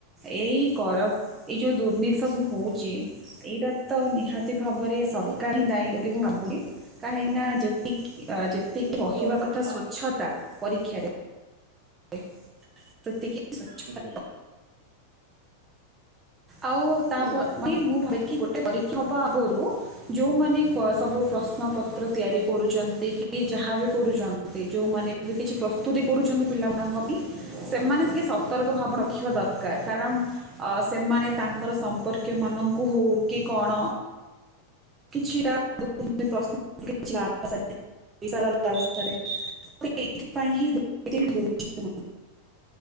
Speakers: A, on the right; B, on the right.
A: ଏଇ କର- ଏଇ ଯୋଉ ଦୁର୍ନୀତି ସବୁ ହୋଉଚି ଏଇଟା ତ ନିହାତ- ତି ଭାବରେ ସରକାର
B: ହୁଁ।
A: ହିଁ ଦାୟୀ ବୋଲି ମୁଁ ଭାବୁଡ଼ି କାହିଁକି ନା ଯେ- ତି ଅ ଯେତିକି
B: ନିଶ୍ଚୟ।
A: ରହିବା କଥା
B: ହଁ
A: ସ୍ଵଚ୍ଛତା ପରୀକ୍ଷାରେ- ଏ ପ୍ରତିକି ସ୍ବଚ୍ଛତା
B: ହୁଁ ହୁଁ।
A: <inaudible> ଆଉ ତାଆ
B: ହୁଁ,
A: ପ
B: ହୁଁ।
A: ବି ମୁଁ ଭାବି ଦେଖି ଗୋଟେ ପରୀକ୍ଷା ହବା ଆଗୁରୁ- ଯୋଉମାନେ ପ ସବୁ ପ୍ରଶ୍ନ ପତ୍ର ତିଆରି କରୁଚନ୍ତି କି ଯାହା ବି କରୁଚ୍ ନ୍ତି ଯୋଉମାନେ ବି କିଛି ପ୍ରସ୍ତୁତି କରୁଛନ୍ତି- ପିଲାମାନଙ୍କ ବି ସେମାନେ ସିଏ ସତର୍କ ଭାବ ରଖିବା ଦରକାର କାରଣ- ଅ ସେମାନେ ତାଙ୍କର ସମ୍ପର୍କୀୟମାନଙ୍କୁ ହୋଉ କି କଣ? କିଛିଟା ଦୋ <unintelligible> <inaudible> <unintelligible> ଥିପାଇଁ ହିଁ ଦୋ
B: ଦେଖନ୍ତୁ
A: <unintelligible>